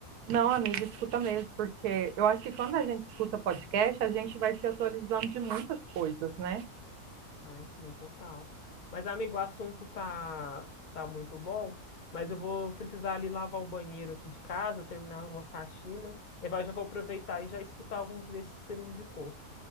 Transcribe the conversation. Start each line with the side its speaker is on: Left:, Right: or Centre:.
Right: Não, amiga, escuta mesmo, porque eu acho que quando a gente escuta podcast, a gente vai se atualizando de muitas coisas, né?
Left: Ai, sim, total. Mas, amigo, o assunto tá, tá muito bom, mas eu vou precisar ali lavar o banheiro aqui de casa, terminar uma faxina, e vai, já vou aproveitar e já escutar alguns desses que você me indicou.